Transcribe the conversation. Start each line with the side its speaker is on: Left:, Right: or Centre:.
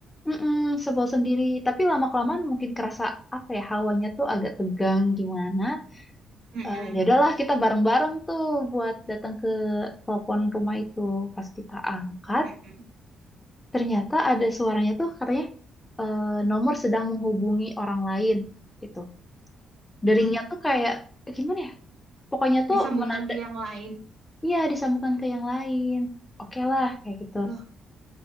Left: mm sebel sendiri. Tapi lama-kelamaan mungkin kerasa apa ya hawanya tuh agak tegang gimana.
Right: Mm-mm.
Left: Eh ya udahlah kita bareng-bareng tuh buat datang ke telepon rumah itu. Pas kita angkat,
Right: Mm-mm.
Left: ternyata ada suaranya tuh katanya eh, nomor sedang menghubungi orang lain gitu. Deringnya
Right: Loh,
Left: tuh kayak eh, gimana ya? Pokoknya tuh
Right: disambungkan
Left: menanda,
Right: ke yang lain.
Left: iya disambungkan ke yang lain. Oke lah kayak gitu.
Right: Loh,